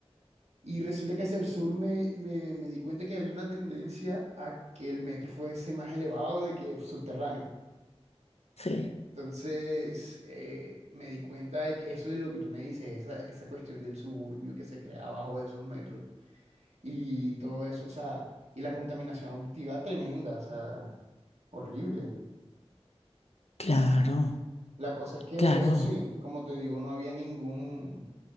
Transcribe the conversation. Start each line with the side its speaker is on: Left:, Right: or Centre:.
Right: Y resulta que hacia el sur me, me, me di cuenta que había una tendencia a que el metro fuese más elevado de que subterráneo.
Left: sí.
Right: Entonces, eh, me di cuenta de que eso es lo que tú me dices, esa, esa cuestión del suburbio que se crea abajo de esos metros y todo eso, o sea, y la contaminación auditiva tremenda, o sea, horrible.
Left: Claro,
Right: La cosa es que,
Left: claro.
Right: eso sí, como te digo, no había ningún,